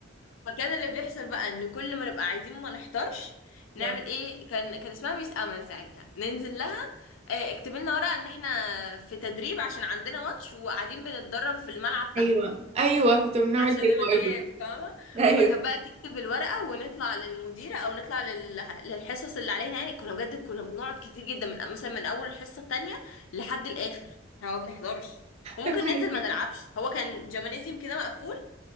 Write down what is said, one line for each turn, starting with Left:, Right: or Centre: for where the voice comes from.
Left: فكان اللي بيحصل بقى ان كل ما نبقى عايزين ما نحضرش نعمل
Right: لا
Left: ايه كان كان اسمها ميس امل ساعتها ننزل لها آه، اكتب لنا ورقة ان احنا في تدريب عشان عندنا ماتش وقاعدين بنتدرب في الملعب تحت
Right: ايوه ايوه كنت بنعمل
Left: عشان
Right: كده
Left: الغياب
Right: برضه
Left: فاهمة
Right: ايوه
Left: فكانت بقى تكتب الورقة ونطلع للمديرة أو نطلع لل... للحصص اللي علينا يعني كنا بجد كنا بنقعد كتير جدا من مثلا من أول الحصة التانية لحد الآخر إحنا ما بنحضرش وممكن
Right: أنا مش
Left: ننزل
Right: عارفة.
Left: ما نلعبش هو كان جمانيزيوم كده مقفول